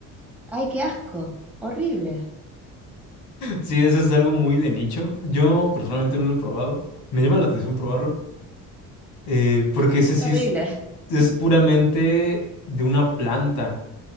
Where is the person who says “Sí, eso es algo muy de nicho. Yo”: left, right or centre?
Left